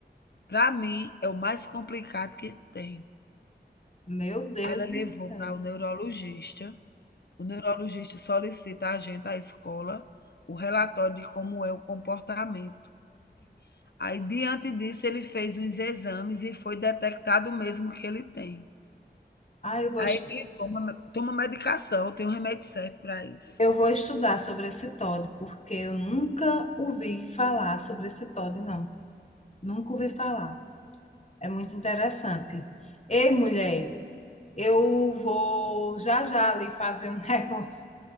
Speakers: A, on the left; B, on the left.
A: Para mim, é o mais complicado que tem.
B: Meu Deus
A: Aí ela levou
B: do céu.
A: para o neurologista, o neurologista solicita a gente, a escola, o relatório de como é o comportamento. Aí diante disso ele fez uns exames e foi detectado mesmo que ele tem.
B: Ah, eu vou,
A: Aí
B: estu-
A: ele toma toma medicação, tem um remédio certo para isso.
B: eu vou estudar sobre esse Todd, porque eu nunca ouvi falar sobre esse Todd, não. Nunca ouvi falar. É muito interessante. Ei, mulher, Eu vou já já ali fazer um <laughs> negócio.